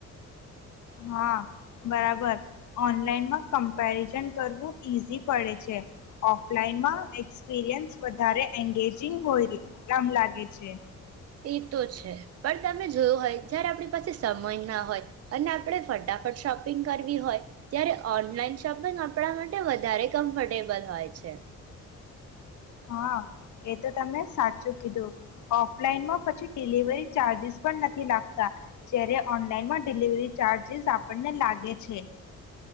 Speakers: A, on the left (about 70°); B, on the right (about 55°).
A: હા બરાબર. ઓનલાઈનમાં ક્પેરઝન કરવું ઈઝી પડે છે. ઓફલાઈનમાં એક્સપિરયન્સ વધારે અંગેજીંગ હોય શ્રમ લાગે છે.
B: એ તો છે પણ તમે જોયું હોય જયારે આપણી પાસે સમય ના હોય અને આપણે ફટાફટ શોપિંગ કરવી હોય ત્યારે ઓનલાઈન શોપિંગ આપણા માટે વધારે કમ્ફર્ટેબલ હોય છે.
A: હા એ તો તમે સાચું કીધું ઓફલાઈનમાં પછ ડિલિવરી ચાર્જસ પણ નથી લાગતા જ્યારે ઓનલાઈનમાં ડિલિવરી ચાર્જસ આપણને લાગે છે.